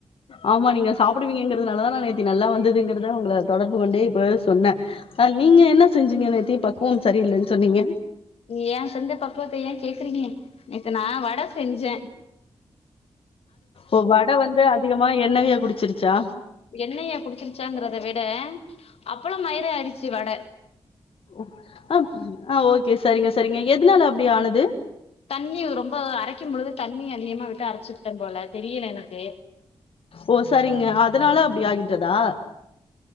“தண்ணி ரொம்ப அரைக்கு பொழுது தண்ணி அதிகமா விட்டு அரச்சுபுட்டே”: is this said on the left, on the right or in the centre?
Left